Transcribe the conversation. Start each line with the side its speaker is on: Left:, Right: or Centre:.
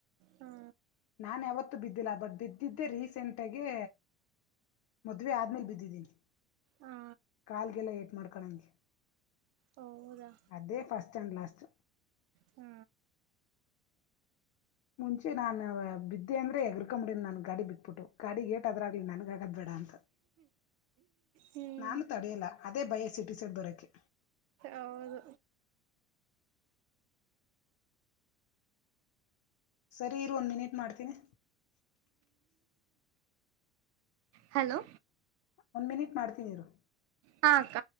Right: ಹಾ
Left: ನಾನ ಯಾವತ್ತು ಬಿದ್ದ ಬಟ್ ಬಿದ್ದೆ ರೀಸ್ ಗಂಟೆಗೆ ಮದ್ವೆ ಆದ್ಮೇಲೆ ಬಿದ್ದಿದ್ದೀನಿ
Right: ಹಾ
Left: ಕಾಲ್ಗೆಲ್ಲ ಏಟ್ ಮಾಡ್ತ ಕಳಜ
Right: ಹೌದಾ
Left: ಅದೇಫಸ್ಟ್ ಫಸ್ಟ್ ಆಂಡ್ ಲಾಸ್ಟ್
Right: ಹ್ಮ
Left: ಮುಂಚೆ ನಾನು ಬಿದ್ದೆ ಅಂದ್ರೆ ಎಗರ್ಕೊಂಬಡನ ನನ್ ಗಾಡಿ ಬಿಟ್ಬಿಟ್ಟು ಗಾಡಿ ಗೇಟ್ದ್ರ ಆಗ್ಲಿ ನನ್ಗಗದ್ ಬೇಡ ಅಂತ
Right: ಹ್ಮ್
Left: ನಾನು ತಡಿಯಲ್ಲ ಅದೇ ಬಯಸಿಟ್ಟ ಟ ಸೆಟ್ ಬರೋಕ್ಕೆೆ
Right: ಅವರು
Left: ಸರಿ ಇರ್ ಒಂದ್ ಮಿನಿಟ್ ಮಾಡ್ತೀನಿ
Right: ಹಲೋ
Left: ಒಂದ್ ಮಿನಿಟ್ ಮಾಡ್ತೀನಿ ನೀರು
Right: ಹಾ ಅಕ್ಕ